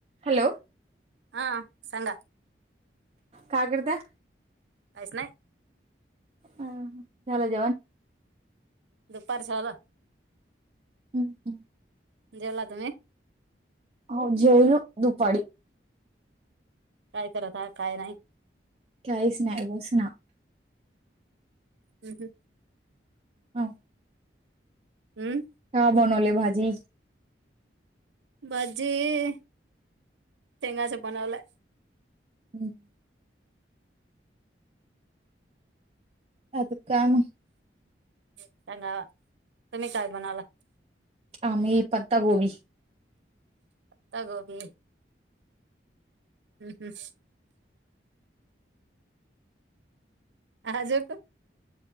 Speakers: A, on the right; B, on the right.
A: Hello!
B: हा सांगा
A: का करताय?
B: काहीच नाय.
A: ह झालं जेवण?
B: दुपार जेवल.
A: हम्म हम्म
B: जेवला तुम्ही?
A: हो जेवलो दुपारी.
B: काय करत हाय, काय नाही.
A: काहीच नाय, बस ना.
B: हम्म हं
A: हाव
B: हं
A: का बनवले भाजी?
B: भाजी, शेंगाच बनवलं.
A: हं आता काम
B: काय नवं, तुम्ही काय बनवलं?
A: आम्ही पत्ता गोबी.
B: पत्ता गोबी. हम्म हम्म आज क.